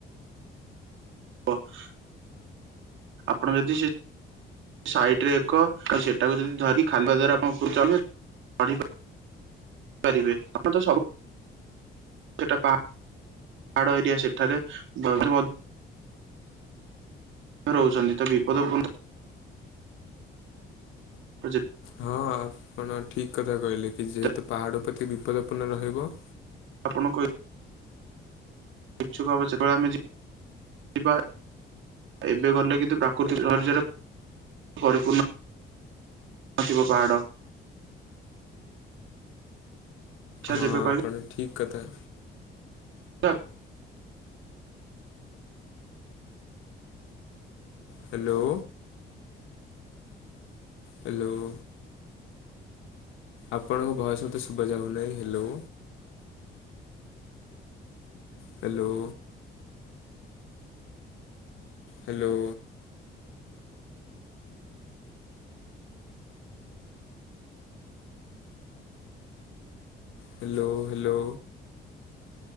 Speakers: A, on the right (about 75°); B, on the left (about 85°).
A: ବ <unintelligible> ଆପଣ ଯଦି ସେ ସାଇଟି ରେ ଏକ ସେଟାକୁ ଯଦି ଧରି ଖାଗୁଆ ଦ୍ଵାରା ଆପଣ ଉପରକୁ ଚନେ କରି ପାରିବେ ଆପଣ ତ ସବ ସେଟା ପା ପାହାଡ ଏରିଆ ସେଠାରେ <unintelligible> ରହୁଛନ୍ତି ତ ବିପଦ ପୁନ୍ଦ୍ଦ ତ ଜେତ
B: ହଁ ଆପଣ ଠିକ କଥା କହିଲେ କି
A: ଯେତେବେଳେ
B: ଯେହେତୁ ପାହାଡ଼ ପ୍ରତି ବିପଦପୂର୍ଣ୍ଣ ରହିବ।
A: ଆପଣ କଇ ଇଛୁକ ଆମେ ସେବେଳା ଆମେ ଯି ଯିବା ଏବେ ଗଲେ କିନ୍ତୁ ପ୍ରାକୃତିକ ବିପର୍ଯୟ ପରିପୂର୍ଣ୍ଣ ନଥିବ ପାହାଡ଼ ଆଚ୍ଛା
B: ହଁ
A: ଯେବେ କହିବେ
B: ଆପଣ ଠିକ କଥା
A: <unintelligible>
B: ହ୍ୟାଲୋ ହ୍ୟାଲୋ ଆପଣଙ୍କ ଭଏସ ମୋତେ ଶୁଭା ଯାଉନାହିଁ hello! Hello hello hello hello